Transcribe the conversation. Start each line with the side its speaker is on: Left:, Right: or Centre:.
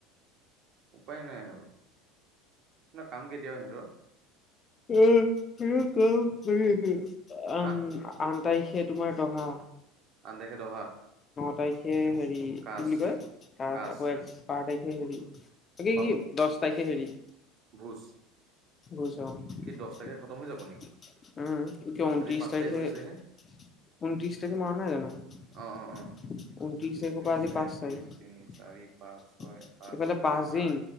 Right: উপায় নাই আৰু তাৰ কাম কেতিয়াও সিহতৰ।
Left: উ কি কি কি
Right: হা
Left: উম। তাৰিখে তোমাৰ দহা।
Right: আ <unintelligible> দহা
Left: পাইছে হেৰি কি
Right: কাচ
Left: বুলি কয় তাৰ
Right: কাচ
Left: আকৌ এক বাৰ তাৰিখে হেৰি কি
Right: বা
Left: কি দহ তাৰিখে হেৰি।
Right: ভোজ
Left: ভোজ অন উম
Right: কি দহ তাৰিখে
Left: কি
Right: খতম হৈ যাব নেকি
Left: কি ঊনত্ৰিশ তাৰিখে।
Right: আজি পাঁচ
Left: ঊনত্ৰিশ
Right: তাৰিখ হৈছেহে
Left: তাৰিখে মৰা নহয় জানো। ঊনত্ৰিছ
Right: অ অ অ
Left: তাৰিখৰ পৰা
Right: ঊনত্ৰিশ
Left: আজি
Right: এক দুই
Left: পাঁচ
Right: তিনি চাৰি
Left: তাৰিখ।
Right: পাঁচ ছয় সাত
Left: ইফালে পাঁচদিন,
Right: আঠ